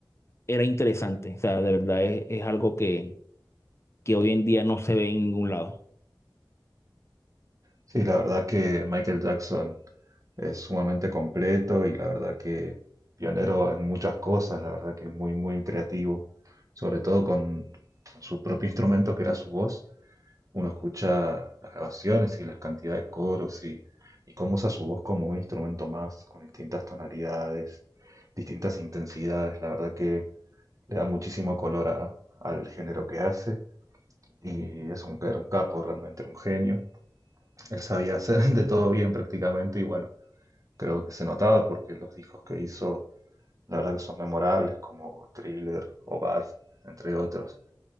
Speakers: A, on the left; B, on the right.
A: era interesante. O sea, de verdad es, es algo que, que hoy en día no se ve en ningún lado.
B: Sí, la verdad que Michael Jackson es sumamente completo y la verdad que pionero en muchas cosas, la verdad que muy, muy creativo, sobre todo con su propio instrumento que era su voz. Uno escucha las grabaciones y las cantidades de coros y, y cómo usa su voz como un instrumento más, con distintas tonalidades, distintas intensidades. La verdad que le da muchísimo color a- al género que hace y es un, era un capo, realmente era un genio. Él sabía hacer <laughs> de todo bien prácticamente y bueno, creo que se notaba porque los discos que hizo, la verdad que son memorables como Thriller o Bad, entre otros.